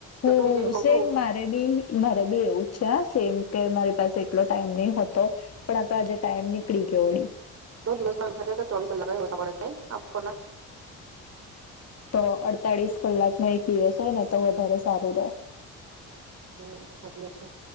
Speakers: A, on the left; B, on the right.
A: હું
B: બીઝી હોઉં
A: સેમ
B: છું
A: મારે બી મારે બી એવું છે આ સેમ કે મારી પાસે એટલો ટાઈમ નહીં હોતો પણ આ તો આજે ટાઈમ નીકળી ગયો ઓળી.
B: <unintelligible> દિવસ માં <unintelligible> ચોવીસ કલાક એય ઓછા પડે છે નહિં આપણને.
A: તો અડતાળીસ કલાક નો એક દિવસ હોય ને તો વધારે સારું રહે.
B: હમ્મ સાચી વાત છે.